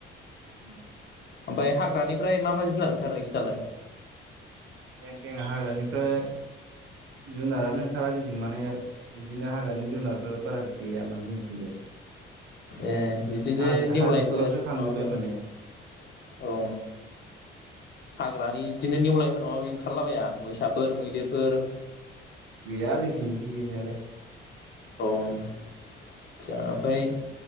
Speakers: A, on the right; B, on the left.
A: ओं ।
B: ओमफफ्राय हाग्रानिफ्राय मा मा जुनार ओंखारो बिसोरनालाय?
A: जोंनिथिं हाग्रानिफ्राय जुनारानो ओंखारा जोंथिं माने बिदिनो हाग्रानि जुनारफोर बारा गैया माने जोंथिंजाय। बेखाय
B: ए बिदिनो
A: हाजो
B: नेवलायफोर
A: हाजोफोरावसो थांजोब्बाय
B: माबाफोर
A: माने
B: औ हाग्रानि बिदिनो नेउलायफोर माबा माबि ओंखारलाबाया मोसाफोर, मैदेरफोर?
A: गैया जोंनिथिं बिदि गैनायालाय।
B: औ आससा ओमफाय